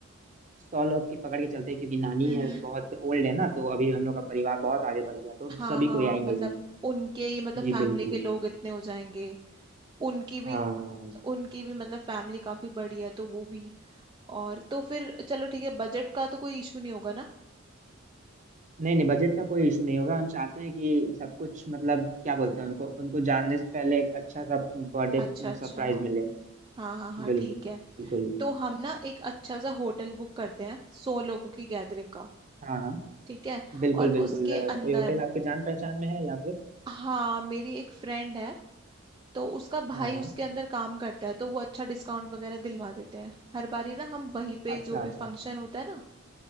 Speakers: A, on the right; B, on the right.
A: सौ लोग की पकड़ के चलते हैं क्योंकि नानी
B: हम्म
A: है बहुत ओल्ड है ना तो अभी हम लोग का परिवार बहुत आगे बढ़ गया तो
B: हाँ
A: सभी
B: हाँ
A: कोई आएंगे
B: मतलब
A: ही आएंगे
B: उनके ही मतलब
A: जी
B: फैमिली
A: बिल्कुल
B: के लोग इतने हो जाएंगे उनकी भी
A: हाँ
B: उनकी भी मतलब फैमिली काफी बड़ी है तो वो भी और तो फिर चलो ठीक है बजट का तो कोई इशू नहीं होगा ना
A: नहीं नहीं बजट का कोई इशू नहीं होगा हम चाहते हैं कि सब कुछ मतलब क्या बोलते हैं उनको उनको जानने से पहले एक अच्छा सा बर्थडे
B: अच्छा अच्छा
A: सरप्राइज मिले
B: हाँ हाँ हाँ
A: बिल-
B: ठीक है
A: बिल्कुल
B: तो हम ना एक अच्छा सा होटल बुक करते हैं सौ लोगों की गैदरिंग का
A: हाँ हाँ
B: ठीक है
A: बिल्कुल
B: और
A: बिल्कुल
B: उसके
A: अ,
B: अंदर
A: कोई होटल आपके जान पहचान में है या फिर
B: हाँ मेरी एक फ्रेंड है तो उसका भाई
A: हाँ हाँ
B: उसके अंदर काम करता है तो वो अच्छा डिस्काउंट वगैरह दिलवा देते हैं हर बारी ना हम वहीं पे
A: अच्छा
B: जो भी
A: अच्छा
B: फंक्शन होता है ना